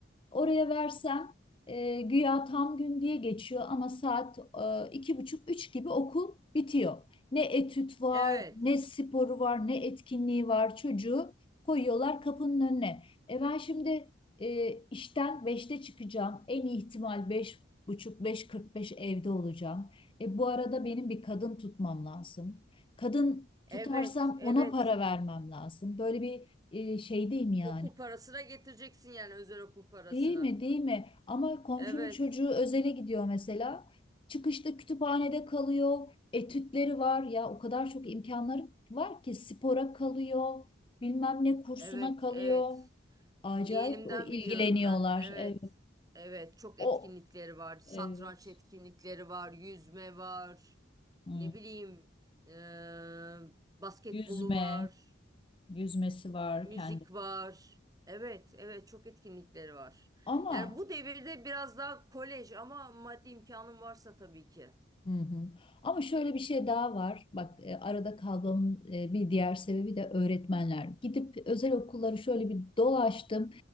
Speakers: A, on the left; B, on the right.
A: Oraya versem e, güya tam gün diye geçiyor ama saat e, iki buçuk üç gibi okul bitiyor. Ne etüt var,
B: Evet.
A: ne sporu var, ne etkinliği var. Çocuğu koyuyorlar kapının önüne. E ben şimdi e, işten 5'te çıkacağım. En iyi ihtimal 5 buçuk, beş kırk beş evde olacağım. E, bu arada benim bir kadın tutmam lazım. Kadın tutarsam
B: Evet, evet.
A: ona para vermem lazım. Böyle bir e, şeydeyim yani.
B: Okul parasına getireceksin yani özel okul parasına.
A: Değil mi? Değil mi? Ama komşunun
B: Evet.
A: çocuğu özele gidiyor mesela. Çıkışta kütüphanede kalıyor. Etütleri var ya o kadar çok imkanları var ki spora kalıyor. Bilmem ne kursuna
B: Evet,
A: kalıyor.
B: evet.
A: Acayip
B: Yeğenimden
A: ilgileniyorlar.
B: biliyorum ben. Evet.
A: Evet.
B: Evet, çok
A: O
B: etkinlikleri var. Satranç
A: Evet.
B: etkinlikleri var, yüzme var.
A: Hmm.
B: Ne bileyim, eee, basketbolu
A: Yüzme,
B: var,
A: yüzmesi var
B: müzik
A: kendi.
B: var. Evet, evet çok etkinlikleri var.
A: Ama
B: Yani bu devirde biraz daha kolej ama maddi imkanın varsa tabii ki.
A: Hı hı. Ama şöyle bir şey daha var. Bak e, arada kalmamın e, bir diğer sebebi de öğretmenler. Gidip özel okulları şöyle bir dolaştım.